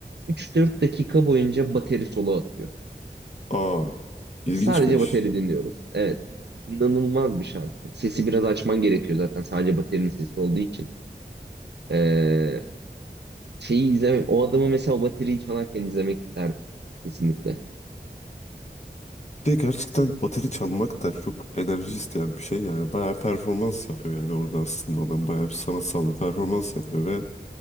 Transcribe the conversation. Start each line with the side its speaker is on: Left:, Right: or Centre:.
Right: Üç dört dakika boyunca bateri solo atıyor.
Left: Aa, ilginçmiş.
Right: Sadece bateri dinliyoruz. Evet. İnanılmaz bir şarkı. Sesi biraz açman gerekiyor zaten sadece baterinin sesi olduğu için. Ee, şeyi izlemek, o adamı mesela o bateriyi çalarken izlemek isterdim. Kesinlikle.
Left: Bir de gerçekten bateri çalmak da çok enerji isteyen bir şey. Yani bayağı performans yapıyor yani orada aslında adam bayağı bir sanatsal bir performans yapıyor ve